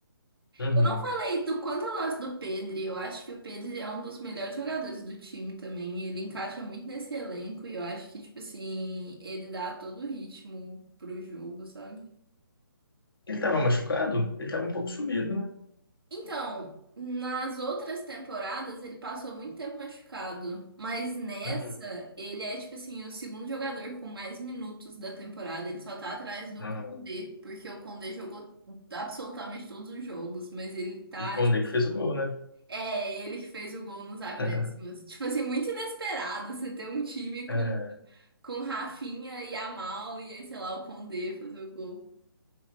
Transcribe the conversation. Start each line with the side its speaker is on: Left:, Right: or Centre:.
Left: Uhum.
Right: Eu não falei do quanto eu gosto do Pedri. Eu acho que o Pedri é um dos melhores jogadores do time também. e Ele encaixa muito nesse elenco e eu acho que, tipo assim, ele dá todo o ritmo pro jogo, sabe?
Left: Ele estava machucado? Ele estava um pouco subido, né?
Right: Então, nas outras temporadas ele passou muito tempo machucado, mas nessa
Left: Uhum.
Right: ele é, tipo assim, o segundo jogador com mais minutos da temporada. Ele só tá atrás do
Left: Ah,
Right: Koundé, porque o Koundé jogou absolutamente todos os jogos, mas ele tá,
Left: E o Condé
Right: tipo assim.
Left: que fez o gol, né?
Right: É, ele que fez o gol nos acréscimos.
Left: <laughs>
Right: Tipo assim, muito inesperado você ter um time com,
Left: É,
Right: com Rafinha e Amal e aí, sei lá, o Condé fazer o gol.